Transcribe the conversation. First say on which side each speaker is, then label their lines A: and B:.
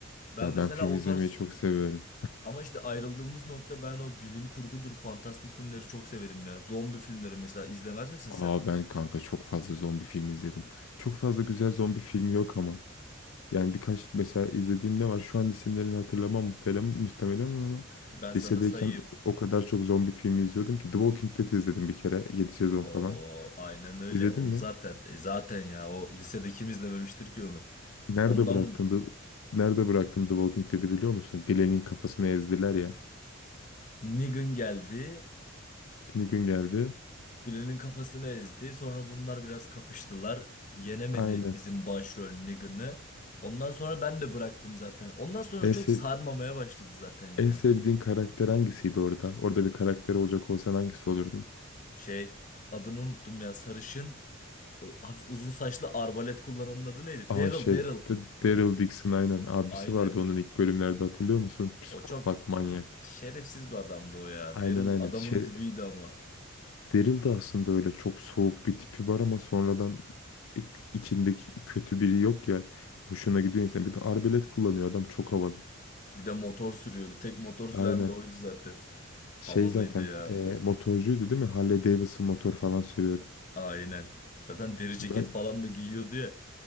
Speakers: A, on the left; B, on the left.
A: ben
B: Ya
A: mesela
B: ben film
A: o
B: izlemeyi
A: tarz
B: çok seviyorum.
A: ama işte ayrıldığımız nokta ben o bilim kurgudur, fantastik filmleri çok severim ya. Zombi filmleri mesela izlemez misin sen?
B: Aa ben kanka çok fazla zombi filmi izledim. Çok fazla güzel zombi filmi yok ama. Yani birkaç mesela izlediğim ne var? Şu an isimlerini hatırlamam muhtemelen, muhtemelen ama
A: Ben sana
B: lisedeyken
A: sayayım.
B: o kadar çok zombi filmi izliyordum ki The Walking Dead izledim bir kere 7 sezon
A: O
B: falan.
A: aynen öyle.
B: İzledin
A: Onu
B: mi?
A: zaten e, zaten ya o lisede kim izlememiştir ki onu.
B: Nerede
A: Ondan
B: bıraktım The, nerede bıraktım The Walking Dead'i biliyor musun? Glenn'in kafasını ezdiler ya.
A: Negan geldi.
B: Ne gün geldi?
A: Glenn'in kafasını ezdi. Sonra bunlar biraz kapıştılar. Yenemedi
B: Aynen.
A: bizim başrol Negan'ı. Ondan sonra ben de bıraktım zaten. Ondan sonra
B: En,
A: çok
B: sev-
A: sarmamaya başladı zaten ya.
B: en sevdiğin karakter hangisiydi orada? Orada bir karakter olacak olsan hangisi olurdun?
A: Şey adını unuttum ya sarışın e, hafif uzun saçlı arbalet kullananın adı neydi?
B: Aa
A: Daryl
B: şey
A: Daryl.
B: D- Daryl Dixon aynen abisi
A: Aynen.
B: vardı onun ilk bölümlerde hatırlıyor musun? Psikopat
A: O çok
B: manyak.
A: şerefsiz bir adamdı o ya.
B: Aynen
A: Daryl
B: aynen.
A: adamın
B: Şey,
A: dibiydi ama.
B: Daryl de aslında öyle çok soğuk bir tipi var ama sonradan i- içindeki kötü biri yok ya. Hoşuna gidiyor insan. Bir de arbelet kullanıyor adam çok havalı.
A: Bir de motor sürüyordu. Tek motor süren
B: Aynen.
A: de oydu zaten.
B: Şey
A: Havalıydı
B: zaten
A: ya.
B: e, motorcuydu değil mi? Harley Davidson motor falan sürüyordu.
A: Aynen. Zaten deri ceket
B: Ben
A: falan da giyiyordu ya.